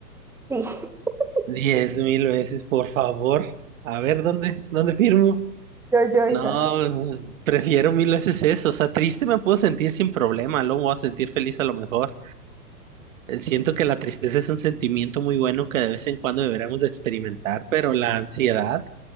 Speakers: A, in the centre; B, on the right.
A: Sí, <laughs> sí.
B: Diez mil veces, por favor. A ver, ¿dónde, dónde firmo?
A: Yo, yo
B: No,
A: esa.
B: pues, prefiero mil veces eso. O sea, triste me puedo sentir sin problema, luego me voy a sentir feliz a lo mejor. Eh, Siento que la tristeza es un sentimiento muy bueno que de vez en cuando deberíamos de experimentar, pero la ansiedad